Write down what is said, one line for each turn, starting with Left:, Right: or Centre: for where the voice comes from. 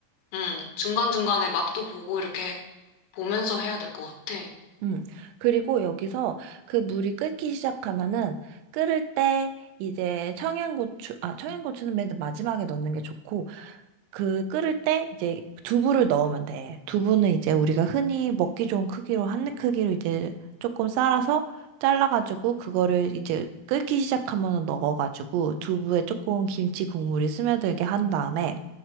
Left: 음, 중간중간에 맛도 보고, 이렇게 보면서 해야 될 것 같아.
Right: 음. 그리고 여기서 그 물이 끓기 시작하면은 끓을 때 이제 청양고추, 아, 청양고추는 맨 마지막에 넣는 게 좋고 그 끓을 때 이제 두부를 넣으면 돼. 두부는 이제 우리가 흔히 먹기 좋은 크기로 한입 크기로 이제 조금 썰어서 잘라가지고 그거를 이제 끓기 시작하면 넣어가지고 두부에 조금 김치 국물이 스며들게 한 다음에